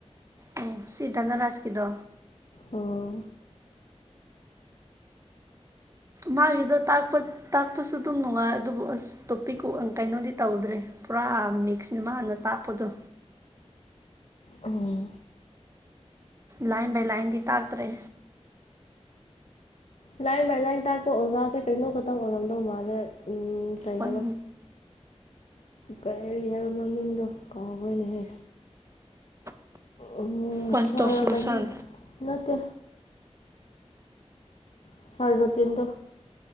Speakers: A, on the right; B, on the left.
A: ꯑꯣ ꯁꯤꯗꯥꯅ ꯔꯁꯀꯤꯗꯣ
B: ꯑꯣ
A: ꯃꯥꯒꯤꯗꯣ ꯇꯥꯛꯄ ꯇꯥꯛꯄꯁꯨ ꯑꯗꯨꯝ ꯅꯨꯡꯉꯥꯏ ꯑꯗꯨꯕꯨ ꯑꯁ ꯇꯣꯄꯤꯛꯀꯨ ꯀꯩꯅꯣꯗꯤ ꯇꯧꯗ꯭ꯔꯦ ꯄꯨꯔꯥ ꯃꯤꯛꯁꯅꯦ ꯃꯥꯥꯟꯅ ꯇꯥꯛꯄꯗꯣ
B: ꯎꯝ
A: ꯂꯥꯏꯟ ꯕꯥꯏ ꯂꯥꯏꯟꯗꯤ ꯇꯥꯛꯇ꯭ꯔꯦ
B: ꯂ ꯃ ꯂ ꯇꯥꯛꯣ ꯑꯣꯖꯥꯁꯦ ꯀꯩꯅꯣ ꯈꯪ ꯑꯣꯏꯔꯗꯣ ꯃꯥꯜꯅꯦꯦ ꯎꯝ ꯇꯥꯏ
A: ꯋꯥꯟ
B: ꯍꯥꯏꯕ ꯀꯩꯔꯤ ꯍꯥꯏꯕꯣ ꯃꯃꯤꯡꯗꯣ ꯀꯥꯎꯈꯣꯏꯅꯦꯍ ꯑꯣ
A: ꯋꯥꯟ
B: ꯁ
A: ꯏꯁꯇꯣꯞ ꯁꯣꯂꯨꯁꯟ
B: ꯀꯩꯅꯠꯇ ꯁꯥꯔꯗꯣ ꯇꯤꯟꯗ